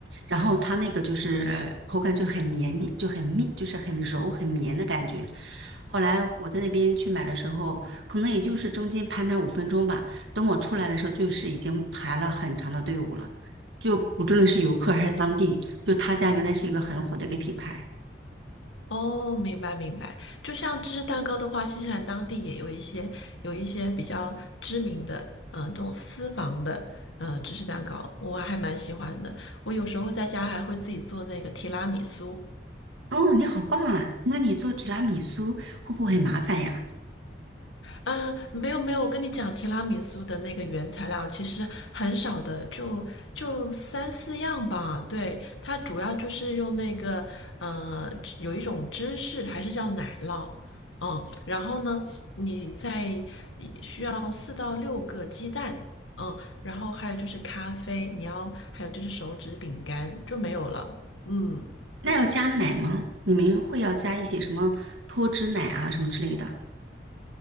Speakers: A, on the right; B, on the left.
A: 然后它那个就是口感就很绵密，就很密，就是很柔很绵的感觉。后来我在那边去买的时候，可能也就是中间攀它五分钟吧。等我出来的时候，就是已经排了很长的队伍了。就不论是游客还是当地，就他家原来是一个很火的一个品牌。
B: 哦，明白明白。就像芝士蛋糕的话，新西兰当地也有一些有一些比较知名的，嗯、这种私房的，呃，芝士蛋糕，我还蛮喜欢的。我有时候在家还会自己做那个提拉米苏，
A: 哦，你好棒啊！那你做提拉米苏会不会很麻烦呀？
B: 嗯，没有没有，我跟你讲，提拉米苏的那个原材料其实很少的，就就三四样吧。对，它主要就是用那个呃，芝有一种芝士，还是叫奶酪，嗯，然后呢，你再一需要四到六个鸡蛋，嗯，然后还有就是咖啡，你要还有就是手指饼干就没有了，嗯。
A: 那要加奶吗？你们会要加一些什么脱脂奶啊什么之类的？